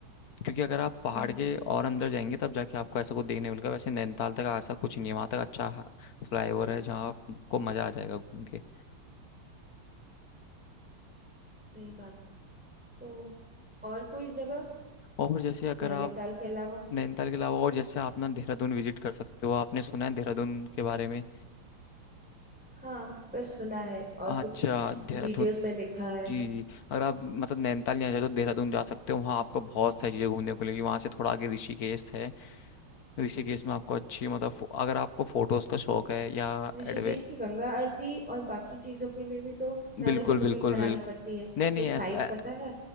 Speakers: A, on the left; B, in the centre.
A: क्योंकि अगर आप पहाड़
B: हम्म
A: के और अंदर जाएंगे तब जाके आपको ऐसा कुछ देखने मिलेगा वैसे नैनीताल तक ऐसा कुछ नहीं है वहाँ तक अच्छा फ्लाईओवर है जहाँ आपको मज़ा आ जाएगा घूम के
B: सही बात तो और कोई जगह
A: और जैसे अगर
B: नैनीताल
A: आप
B: के अलावा
A: नैनीताल के अलावा और जैसे आप ना देहरादून विजिट कर सकते हो आपने सुना है देहरादून के बारे में
B: हाँ बस सुना है और
A: अच्छा
B: कुछ
A: देहरादून
B: वीडियोस में देखा है
A: जी जी अगर आप मतलब नैनीताल नहीं आना चाहते तो देहरादून जा सकते हो वहाँ आपको बहुत सारी चीज़ें घूमने को मिलेगी वहाँ से थोड़ा आगे ऋषिकेश है ऋषिकेश में आपको अच्छी मतलब फो- अगर आपको फोटोज़ का शौक है या
B: ऋषिकेश
A: एडवे
B: की गंगा आरती और बाकी चीजों के लिए भी तो पहले
A: बिल्कुल
B: से बुकिंग
A: बिल्कुल
B: करानी
A: बिल्कुल
B: पड़ती है
A: नहीं
B: तो कोई
A: नहीं
B: साइट
A: ऐसा ऐ-
B: पता है